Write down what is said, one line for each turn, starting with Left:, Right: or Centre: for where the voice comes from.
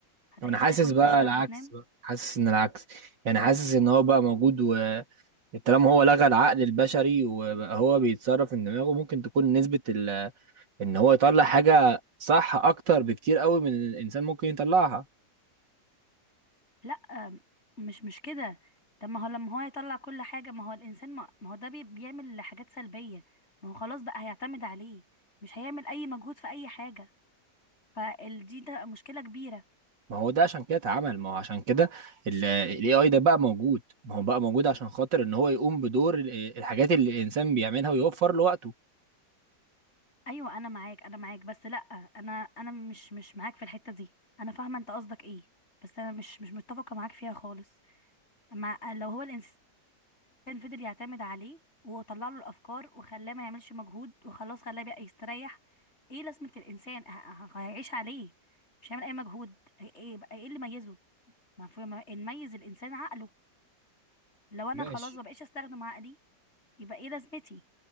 Left: هتعيش
Right: انا حاسس
Left: تاكل وتشرب
Right: بقى العكس
Left: وتنام
Right: بقى حاسس ان العكس يعني حاسس ان هو بقى موجود و طالما هو لغى العقل البشري وبقى هو بيتصرف من دماغه ممكن تكون نسبة ال... ان هو يطلع حاجة صح اكتر بكتير قوي من اللي الانسان ممكن يطلعها
Left: لا مش مش كده طب ما هو لما هو يطلع كل حاجة ما هو الإنسان ما, ما هو ده بي- بيعمل حاجات سلبية ما هو خلاص بقى هيعتمد عليه مش هيعمل أي مجهود في أي حاجة فالدي ده مشكلة كبيرة
Right: ما هو ده عشان كده اتعمل ما هو عشان كده الاي اي ده بقى موجود ما هو بقى موجود عشان خاطر ان هو يقوم بدور ال- الحاجات اللي الانسان بيعملها ويوفر له وقته
Left: أيوة أنا معاك أنا معاك بس لأ أنا أنا مش مش معاك في الحتة دي أنا فاهمة أنت قصدك إيه بس أنا مش مش متفقة معاك فيها خالص مع لو هو الإنسان كان فضل يعتمد عليه وطلع له الافكار وخلاه ما يعملش مجهود وخلاص خلاه بقى يستريح ايه لازمه الانسان ه- ه- هيعيش عليه مش هيعمل اي مجهود هي- ايه بقى ايه اللي ميزه ما في ما- اللي يميز الانسان عقله لو انا
Right: ماشي
Left: خلاص ما بقيتش استخدم عقلي يبقى ايه لازمتي